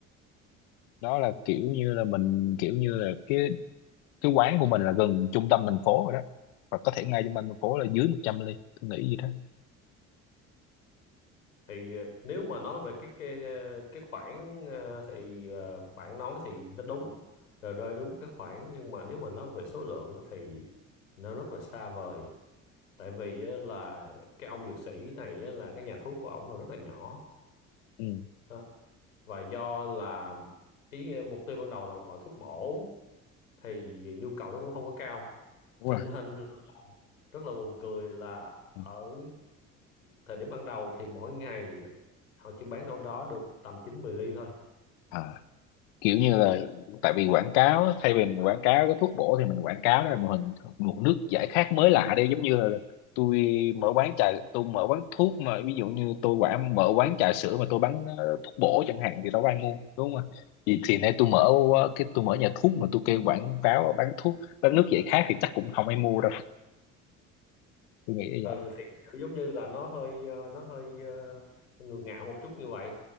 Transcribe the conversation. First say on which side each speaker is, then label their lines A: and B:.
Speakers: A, on the left; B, on the left.
A: Đó là kiểu như là mình kiểu như là cái cái quán của mình là gần trung tâm thành phố rồi đó. Và có thể ngay trung tâm thành phố là dưới 100 ly, tôi nghĩ gì đó.
B: Thì ờ, nếu mà nói về cái cái ờ, cái khoản ờ, thì ờ, bạn nói thì nó đúng rồi rơi đúng cái khoản nhưng mà nếu mà nói về số lượng á thì nó rất là xa vời. Tại vì á là cái ông dược sĩ này á là cái nhà thuốc của ổng là rất là nhỏ
A: Ừ,
B: đó. Và do là ý ờ, mục tiêu ban đầu là một loại thuốc bổ thì nhu cầu nó cũng không có cao.
A: đúng
B: Cho
A: rồi.
B: nên rất là buồn cười là ở
A: Ừ.
B: thời điểm ban đầu thì mỗi ngày họ chỉ bán đâu đó được tầm chín mười ly thôi.
A: À, kiểu như là tại vì quảng cáo á, thay vì mình quảng cáo cái thuốc bổ thì mình quảng cáo là một hình một nước giải khát mới lạ đi giống như là tôi mở quán trà tôi mở quán thuốc mà ví dụ như tôi quảng mở quán trà sữa mà tôi bán ờ, thuốc bổ chẳng hạn thì đâu có ai mua đúng không ạ thì, thì nay tôi mở ờ, cái tôi mở nhà thuốc mà tôi kêu quảng cáo bán thuốc bán nước giải khát thì chắc cũng không ai mua đâu tôi nghĩ như
B: Ừ
A: vậy
B: thì kiểu giống như là nó hơi ờ, nó hơi ờ, ngược ngạo một chút như vậy.